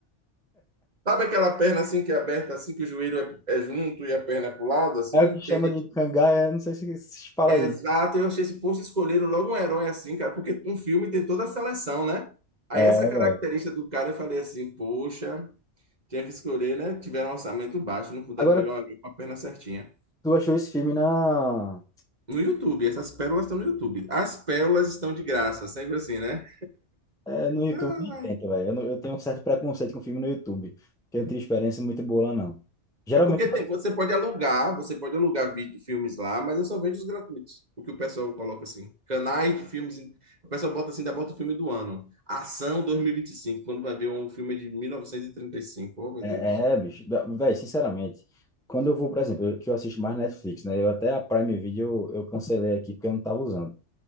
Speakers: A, on the right (about 35°); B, in the centre.
A: Sabe aquela perna assim que é aberta, assim, que o joelho é, é junto e a perna é pro lado, assim?
B: É o que chama
A: Tem gente.
B: de cangaia, não sei se se fala
A: Exato,
B: aí.
A: eu achei esse posto escolheram logo um herói assim, cara, porque um filme tem toda a seleção, né? Aí
B: É,
A: essa
B: velho.
A: característica do cara eu falei assim, poxa. Tinha que escolher, né? Tiveram um orçamento baixo, não puderam
B: Agora,
A: pegar o elenco com a perna certinha.
B: tu achou esse filme na...
A: No YouTube, essas pérolas estão no YouTube. As pérolas estão de graça, sempre assim, né?
B: É, no YouTube
A: Ah,
B: nem tenta, velho. Eu, não- eu tenho um certo preconceito com filme no YouTube, porque eu não tenho experiência muito boa lá, não. Geralmente,
A: É porque tem- você pode alugar, você pode alugar vídeo, filmes lá, mas eu só vejo os gratuitos. O que o pessoal coloca assim. Canais de filmes. O pessoal bota assim, ainda bota o filme do ano. Ação dois mil e e vinte e cinco quando vai ver um filme de mil novecentos e e trinta e cinco Oh, meu
B: é,
A: Deus.
B: é bicho. Velho, sinceramente, quando eu vou, por exemplo, eu- que eu assisto mais Netflix, né? Eu até a Prime Video eu, eu cancelei aqui porque eu não tava usando.